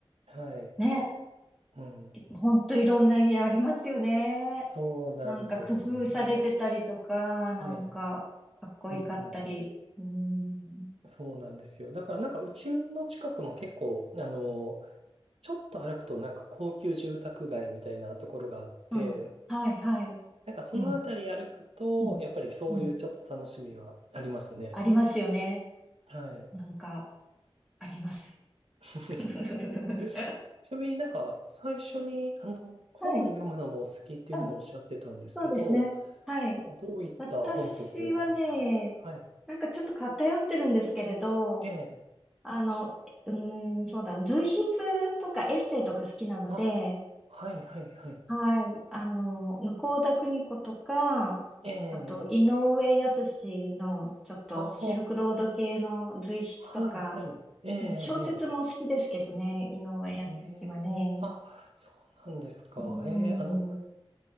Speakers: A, on the right (about 85°); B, in the centre.
A: はい。
B: ね。
A: うん。
B: ほんといろんな家ありますよね。
A: そうなんですよね。
B: なんか工夫されてたりとか、
A: はい。
B: なんかかっこいいかったり。
A: うん、うん。
B: うん。
A: そうなんですよ。だからなんかうちの近くも結構、あの、ちょっと歩くとなんか高級住宅街みたいなところがあって、
B: あ、はいはい。
A: なんかそのあたり歩くと、
B: うん、うん、
A: やっぱりそういうちょっと楽しみはありますね。
B: うん。ありますよね。
A: はい。
B: なんか、あります。
A: <laughs>
B: <laughs>
A: ちなみになんか最初にあの本読むのもお好きっていうふうにおっしゃってたんですけど、
B: はい。あ、そうですね。はい。
A: なんかどういった本とか読まれ、
B: 私はね、
A: はい。
B: なんかちょっと偏ってるんですけれど、
A: ええ。
B: あの、うーん、そうだな、随筆とかエッセイとか好きなので、
A: あ、はいはいはい。
B: はい。あの、向田邦子とか、
A: ええ。
B: あと、井上靖の、ちょっとシルクロード系の随筆とか、
A: ああ、はいはい。え
B: うん小説も好きですけどね、
A: え
B: 井上靖はね。
A: ええええあ、そうなんですか。
B: うん。
A: ええあの、